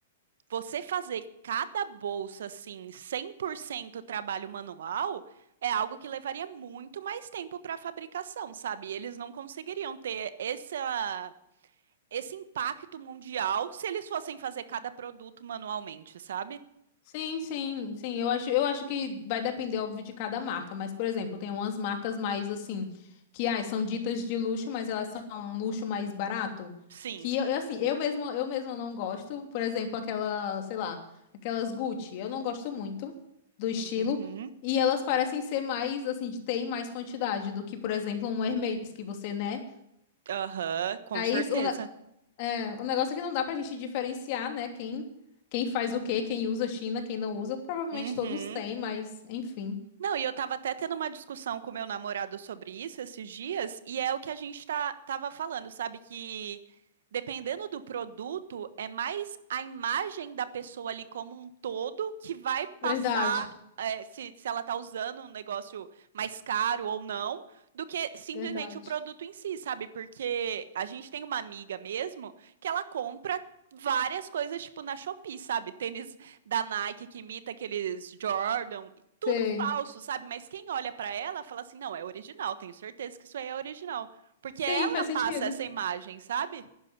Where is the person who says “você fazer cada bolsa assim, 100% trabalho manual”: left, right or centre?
Right